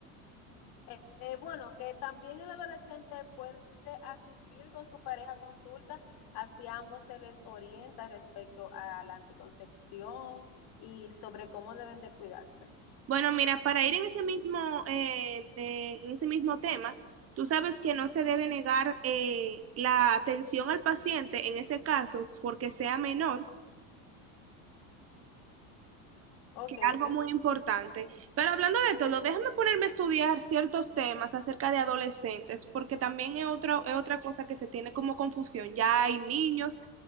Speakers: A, on the left; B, on the right.
A: Eh, eh, bueno, que también el adolescente puede asistir con su pareja a consulta, así a ambos se les orienta respecto a la anticoncepción y sobre cómo deben de cuidarse.
B: Bueno, mira, para ir en ese mismo, eh, eh, en ese mismo tema, tú sabes que no se debe negar eh, la atención al paciente en ese caso porque sea menor,
A: Ok,
B: que es algo
A: sí.
B: muy importante. Pero hablando de todo, déjame ponerme a estudiar ciertos temas acerca de adolescentes, porque también es otro, es otra cosa que se tiene como confusión. Ya hay niños